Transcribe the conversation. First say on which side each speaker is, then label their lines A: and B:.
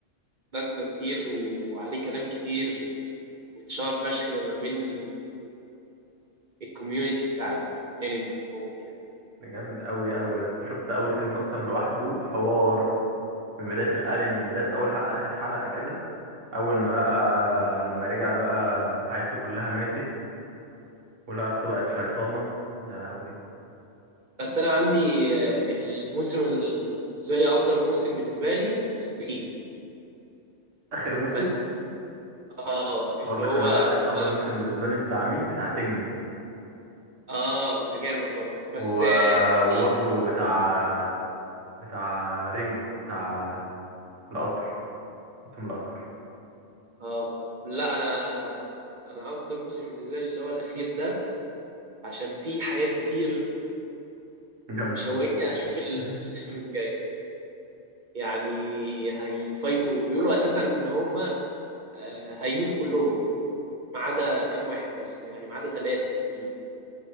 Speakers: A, on the right (about 45°); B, on the right (about 70°).
A: ضجة كتير وعليه كلام كتير واتشهر فشخ ما بين ال- الكوميونتي بتاع الانمي عموما يعني
B: ده جامد قوي قوي يا اسطى شفت اول سيزون اصلا لوحده حوار من بدايه الانمي من بدايه اول حلقه اخر حلقه كده اول ما لقى لما رجع لقى عيلته كلها ماتت ولقى اخته بقت شيطانه يا لهوي
A: بس انا عندي آه، الموسم ال- بالنسبة لي افضل موسم بالنسبة لي الاخير
B: اخر موسم
A: بس اه اللي
B: اقول لك
A: هو
B: انا اخر
A: لما
B: افضل موسم بالنسبه لي بتاع مين بتاع تنجن
A: اه ده جامد برضه بس
B: و...
A: آه، حزين
B: وبرضه بتاع بتاع رينجوكو بتاع القطر موسم القطر
A: اه لا انا انا افضل موسم بالنسبه لي اللي هو الاخير ده عشان فيه حاجات كتير
B: جامدة
A: شوقتني اشوف الموسم
B: مهم.
A: الجاي يعني هيفايتوا بيقولوا اساسا ان هم آه، هيموتوا كلهم ما عدا كام واحد بس يعني ما عدا ثلاثه تقريبا